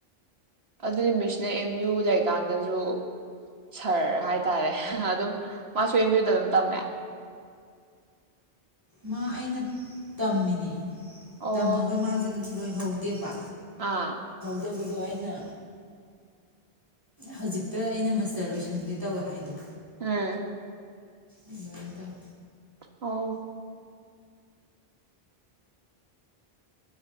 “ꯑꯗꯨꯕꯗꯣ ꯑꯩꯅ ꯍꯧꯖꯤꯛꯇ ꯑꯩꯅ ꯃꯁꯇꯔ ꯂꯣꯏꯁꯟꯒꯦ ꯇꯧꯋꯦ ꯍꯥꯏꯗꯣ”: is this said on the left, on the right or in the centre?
Right